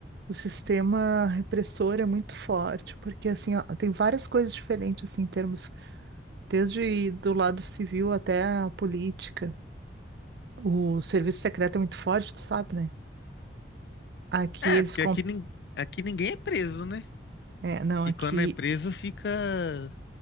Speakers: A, on the right (about 60°); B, on the left (about 60°).
A: o sistema repressor é muito forte, porque assim, ó, tem várias coisas diferentes assim, em termos, desde do lado civil até a política.
B: Uhum,
A: O serviço secreto é muito forte, tu sabe, né?
B: uhum.
A: Aqui
B: É,
A: eles
B: porque
A: com...
B: aqui, nin- aqui ninguém é preso, né?
A: é, não,
B: E
A: aqui
B: quando é preso fica.